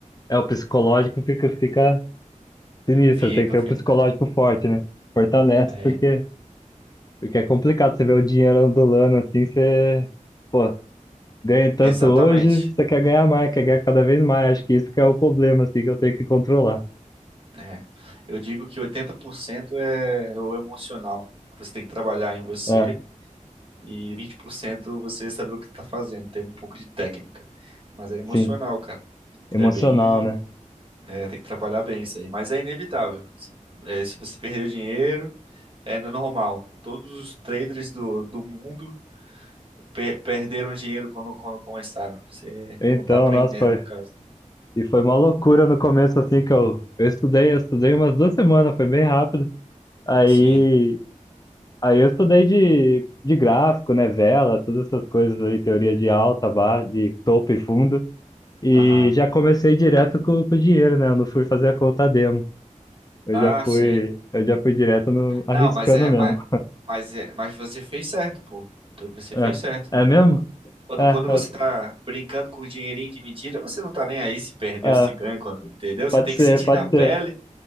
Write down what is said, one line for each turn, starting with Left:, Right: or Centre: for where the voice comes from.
Left: É, o psicológico fica, fica sinistro,
Right: Fica,
Left: tem que ter
Right: fica.
Left: um psicológico forte, né? Fortalece,
Right: É,
Left: porque Porque é complicado você ver o dinheiro ondulando assim, você, pô, ganha tanto
Right: exatamente.
Left: hoje, você quer ganhar mais, quer ganhar cada vez mais. Acho que isso que é o problema, assim, que eu tenho que controlar.
Right: É. Eu digo que 80% é o emocional. Você tem que trabalhar em você
Left: É,
Right: E 20% você saber o que tá fazendo, ter um pouco de técnica. Mas é emocional,
Left: sim,
Right: cara.
Left: emocional,
Right: É bem.
Left: né?
Right: é, tem que trabalhar bem isso aí. Mas é inevitável. Se é, se você perder o dinheiro, é normal. Todos os traders do, do mundo per- perderam dinheiro quando, quando começaram. Você,
Left: Então,
Right: quando tá aprendendo,
Left: nossa, foi.
Right: no caso.
Left: E foi uma loucura no começo, assim, que eu, eu estudei, eu estudei umas duas semanas, foi bem rápido. Aí,
Right: Sim.
Left: aí eu estudei de, de gráfico, né? Vela, todas essas coisas aí, teoria de alta, baixa, de topo e fundo. E
Right: Aham.
Left: já comecei direto com, com o dinheiro, né? Eu não fui fazer a conta demo. Eu
Right: Ah,
Left: já
Right: sim.
Left: fui, eu já fui direto no, arriscando
Right: Não, mas é.
Left: mesmo.
Right: Mas, mas, é, mas você fez certo, pô. Então, Você
Left: É,
Right: fez certo.
Left: é mesmo?
Right: Quando,
Left: É,
Right: quando
Left: é,
Right: você tá brincando com dinheirinho de mentira, você não tá nem aí se perdeu,
Left: é.
Right: se ganha, quando- entendeu? Você
Left: pode
Right: tem
Left: ser,
Right: que sentir
Left: pode
Right: na pele,
Left: ser,